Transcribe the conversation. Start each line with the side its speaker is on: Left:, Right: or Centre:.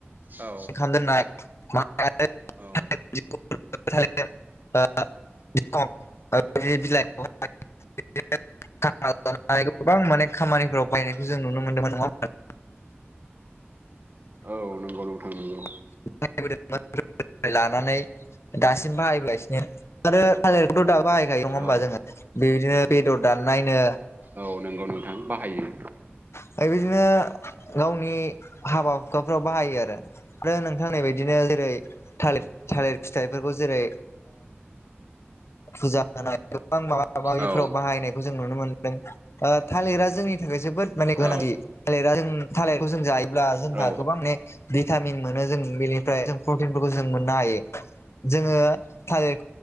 Right: औ
Left: <inaudible>
Right: औ
Left: <unintelligible> <unintelligible> <unintelligible> गोबां माने खामानिफोराव बायनायखौ जों नुनो मोन्दोंमोन नङा <unintelligible>
Right: औ नंगौ नोंथां नंगौ
Left: <unintelligible> लानानै दासिम बाहायबोगासिनो आरो थालिरखौथ' दा बाहायखायो नङा होमबा
Right: औ
Left: जोङो बेबायदिनो बेदर दान नायनो
Right: औ नंगौ नोंथां बाहायो।
Left: बायदिनो गावनि हाबा हुखाफ्राव बाहायो आरो। आरो नोंथांनि बदिनो जेरै थालिर थालिर फिथाइफोरखौ जेरै फुजा होनाय गोबां माबा माबिफोराव
Right: औ
Left: बाहायनाय। जों नुनो मोनदों थालिरा जोंनि थाखाय जोबोद माने गोनांथि
Right: औ
Left: थालिरा जों थालिरखौ जों जायोब्ला जोंहा
Right: औ
Left: गोबां ने भिटामिन मोनो जों बेनिफ्राय जों प्रटिनफोरखौ जों मोननो हायो जोङो थालिर